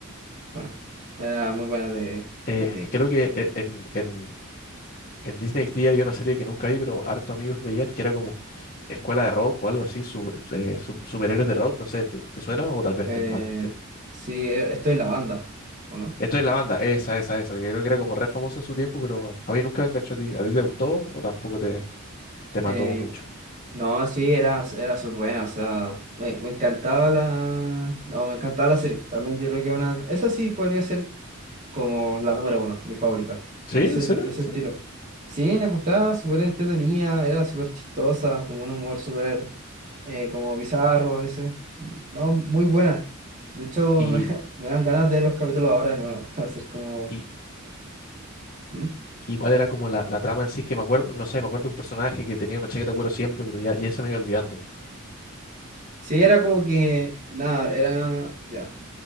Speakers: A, on the right; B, on the left.
A: bueno, era muy buena de
B: Eh,
A: Disney.
B: creo que eh, en, en, en Disney XD había una serie que nunca vi, pero harto amigos veían que era como Escuela de Rock o algo así, su- eh, su- superhéroes de rock, no sé, ¿tú- ¿te suena? O tal vez estoy
A: Eh,
B: mal, Sí.
A: sí, eh, estoy en la banda, ¿o no?
B: Estoy en la banda, esa, esa, esa, que creo que era como re famosa en su tiempo, pero a mí nunca me enganchó a ti. ¿A ti te gustó o tampoco te, te mató
A: Eh,
B: mucho?
A: no, sí, era, era súper buena, o sea, me, me encantaba la... No, me encantaba la serie. También yo creo que una... Esa sí podría ser como la número uno, mi favorita.
B: ¿Sí?
A: Ese,
B: ¿En serio?
A: ese
B: ¿Sí?
A: estilo. Sí, la encontraba súper entretenida, era súper chistosa, como un humor súper eh, como bizarro a veces. No, muy buena. De hecho,
B: ¿Y,
A: me, <laughs> me dan ganas de ver los capítulos ahora de nuevo. <laughs> Hacer como.
B: y,
A: ¿Mm?
B: y cuál era como la, la trama en sí? Que me acuerdo, no sé, me acuerdo de un personaje que tenía una chaqueta de cuero siempre, pero ya, ya se me iba olvidando.
A: Sí, era como que. Nada, era. Ya.